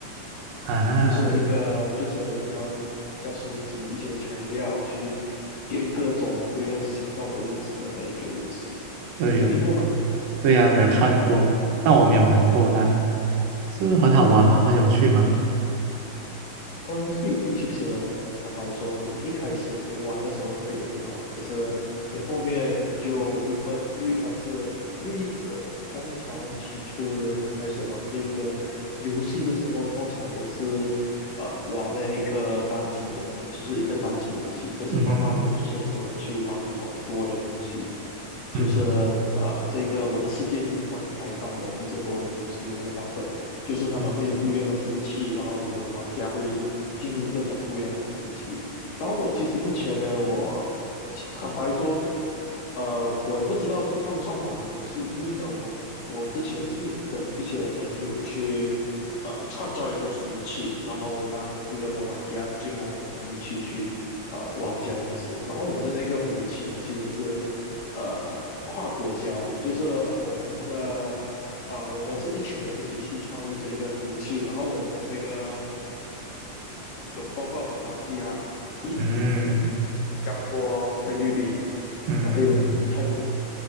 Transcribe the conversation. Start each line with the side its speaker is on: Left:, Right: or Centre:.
Right: 啊，
Left: 就是一个就是要要收集一些材料去建各种不一样形状的屋子的那一个游戏，
Right: 对，
Left: 你有听过吗？
Right: 对呀，我有看过，但我没有玩过啦。是很好玩吗？
Left: 哦，
Right: 很有趣吗？
Left: 呃，这个游戏其实坦白说，你一开始你玩的时候会很好玩，可是你后面就会闷，因为它是因为呃，通常起初人们开始玩这个游戏的时候，通常都是呃玩那一个单机的，就是一个单机游戏。可是慢慢的就是很多人去玩那种多人游戏，
Right: 嗯哼，
Left: 就是
Right: 嗯
Left: 呃这个我的世界就慢慢开放了，就是多人游戏的那个版本。就是他们会有不一样的服务器，
Right: 嗯
Left: 然后很多玩家会进入各种不一样的服务器。然后我其实之前呢，我坦白说，呃，我也不知道这个算不算玩游戏，因为呢，我们我之前是有跟一些朋友去呃创造一个服务器，然后让不一样的玩家进我们的服务器去呃玩这样子。然后我们的那个服务器呢，其实是呃跨国家的就是我们的啊，我们是一群人一起去创立这个服务器，然后我们的这个有包括我们马来西亚、印尼、
Right: 嗯嗯
Left: 新加坡、菲律宾，
Right: 嗯
Left: 还有泰国，